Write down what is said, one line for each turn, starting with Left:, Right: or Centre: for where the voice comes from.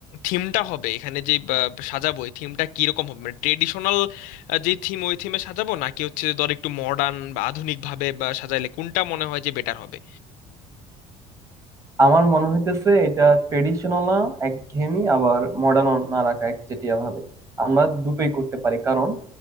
Left: থিমটা হবে এখানে যে সাজাবো এই থিমটা কিরকম হবে মানে ট্রেডিশনাল আহ, যে থিম ওই থিমে সাজাবো নাকি হচ্ছে যে ধর একটু মডার্ন বা আধুনিক ভাবে বা সাজাইলে কোনটা মনে হয় যে বেটার হবে
Right: আমার মনে হইতেছে এটা ট্রেডিশনাল না একঘেয়েমি আবার মডার্ন না রাখা একচেটিয়া ভাবে আমরা দুটোই করতে পারি কারণ